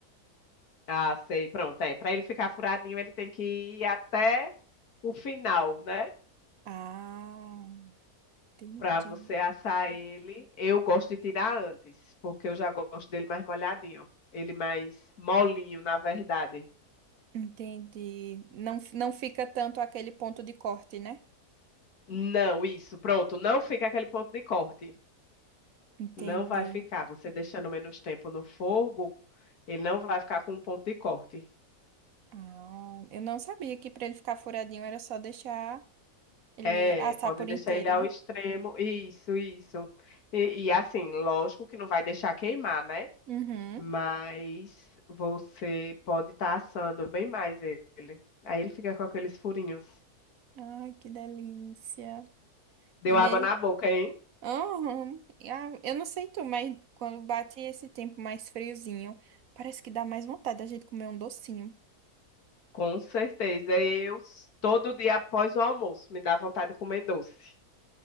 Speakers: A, on the left; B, on the right.
A: Ah, sei. Pronto, é. Para ele ficar furadinho, ele tem que ir até o final, né?
B: Ah, entendi.
A: Para você assar ele, eu gosto de tirar antes, porque eu já gosto dele mais molhadinho. Ele mais molinho, na verdade.
B: Entendi. Não, não fica tanto aquele ponto de corte, né?
A: Não, isso, pronto. Não fica aquele ponto de corte.
B: Entendi.
A: Não vai ficar. Você deixando menos tempo no fogo, ele não vai ficar com um ponto de corte.
B: Ah, eu não sabia que para ele ficar furadinho era só deixar ele
A: É,
B: assar
A: pode
B: por
A: deixar
B: inteiro,
A: ele ao
B: né?
A: extremo. Isso, isso. E, e assim, lógico que não vai deixar queimar, né?
B: Uhum.
A: Mas você pode estar assando bem mais ele. Aí ele fica com aqueles furinhos.
B: Ai, que delícia.
A: Deu
B: E ne...
A: água na boca, hein?
B: Aham. ah, eu não sei tu, mas quando bate esse tempo mais friozinho, parece que dá mais vontade da gente comer um docinho.
A: Com certeza. Eu, s- todo dia após o almoço, me dá vontade de comer doce.